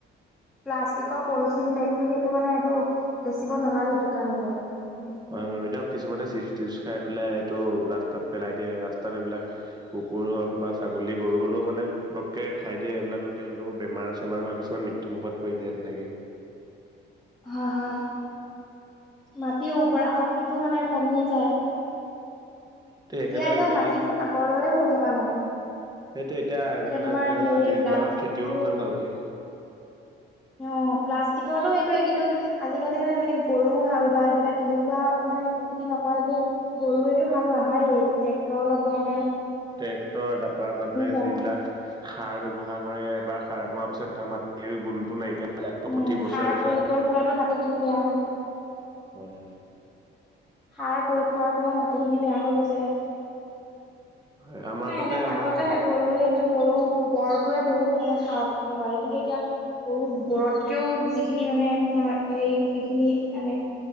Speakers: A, in the centre; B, on the right (about 20°).
A: প্লাষ্টিকৰ পলিথিন বেগটো, সেইটো মানে এইটো বেচিব নালাগে দোকানবোৰত। মানে সেইবোৰ।
B: হয় বাৰু, এতিয়াও কিছুমানে চিপছ-টিপছ খাই পেলাই এইটো ৰাস্তাত পেলাই দিয়ে, ৰাস্তাত এইবিলাক কুকুৰ হওক বা ছাগলী-গৰু হ'লেও মানে পটকৈ খাই দিয়ে এইবিলাকত তেহেতও বেমাৰ-চেমাৰ হয় কিছমান মিত মৃত্যু মুখত পৰি যায় তেনেকে।
A: হয়, হয়। মাটি উৰ্বৰা শক্তিটো মানে কমি যায়।
B: তে সেইকাৰণে
A: এতিয়া এনেও
B: আজিকালি
A: মাটিবোৰ আগৰ দৰে হৈ থকা নাই।
B: সেইটো, এতিয়া কাৰণে
A: তোমাৰ
B: আজিকালি
A: হেৰি
B: মাটিবিলাকত
A: প্লাষ্টিকটো
B: খেতিও নহয় ভালকে।
A: অ', প্লাষ্টিকৰটো সেইটোৱে কিন্তু আজিকালি মানে এনেকে, গৰু হাল বাই পেলাই তেনেকুৱা মানে খেতি নকৰে যে। গৰুৱেটো হাল নাবায়েই ট্ৰেক্টৰ লগোৱাত
B: ট্ৰেক্টৰ তাৰপৰা মানুহে
A: যায়।
B: যিবিলাক সাৰ ব্যৱহাৰ কৰে, এবাৰ সাৰ মৰা পিছত তাৰ মাটিৰ গুণটো নাইকিয়া হৈ যায় আকৌ
A: উম,
B: প্ৰতি বছৰে
A: সাৰ
B: বছৰে
A: প্ৰয়োগৰ ফলতো মাটিখিনি বেয়া হৈ যায়।
B: হয়, হয়।
A: সাৰ প্ৰয়োগ কৰাৰ ফলত, মাটিখিনি বেয়া হৈ গৈছে।
B: হয় আমাৰ
A: নাই
B: তাতে
A: এনেও আগতেহে
B: আমাৰ
A: গৰুৱে, গৰু গোবৰটোৱে বহুত মানে সাৰ হয়। কিন্তু এতিয়া গৰু গোবৰতকেও যিখিনি মানে, আপোনাৰ হেৰি সেইখিনি আনে।